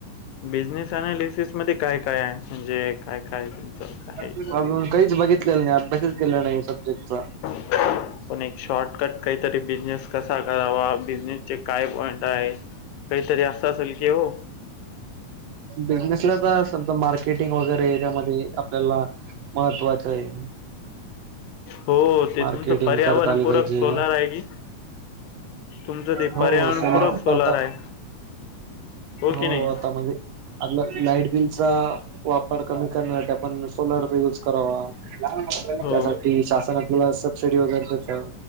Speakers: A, on the left; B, on the right.
A: बिझनेस अनालिसिस मध्ये काय काय आहे म्हणजे काय काय तुमचं काय?
B: अजून काहीचं बघितलेलं नाही अभ्यासाचं केला नाही सब्जेक्टचा
A: ह पण एक शॉर्टकट काहीतरी बिझनेस कसा करावा बिझनेस चे काय पॉईंट आहे काहीतरी असं असेल की हो
B: बिझनेसला आता समजा मार्केटिंग वगैरे त्यामध्ये आपल्याला महत्त्वाचं आहे
A: हो ते
B: मार्केटिंग
A: तुमचं पर्यावरण
B: करता आली
A: पूरक
B: पाहिजे
A: सोलार आहे की तुमचं ते
B: हो
A: पर्यावरणपूरक
B: सोलर
A: सोलार
B: पण आता
A: आहे
B: हो
A: की नाही
B: आता म्हणजे आपलं लाईट बिलचा वापर कमी करण्यासाठी आपणं सोलरचा यूज करावा
A: हो
B: त्यासाठी शासनातल्याला सबसिडी वगैरे देत